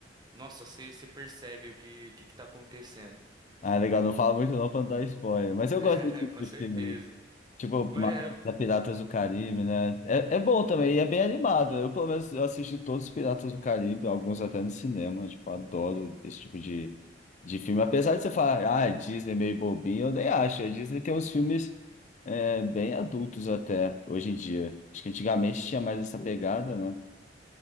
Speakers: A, on the right; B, on the left.
A: nossa, você, você percebe o que, que que tá acontecendo.
B: Ah, legal, não fala muito não pra não dar spoiler, mas eu
A: <laughs>
B: gosto desse tipo
A: Com
B: de
A: certeza.
B: filme. Tipo,
A: Mas é,
B: da Piratas do Caribe, né? É, é bom também, e é bem animado. Eu, pelo menos, eu assisti todos os Piratas do Caribe, alguns até no cinema. Tipo, adoro esse tipo de, de filme. Apesar de você falar, ah, Disney é meio bobinho, eu nem acho. A Disney tem uns filmes é, bem adultos até, hoje em dia. Acho que antigamente tinha mais essa pegada, né?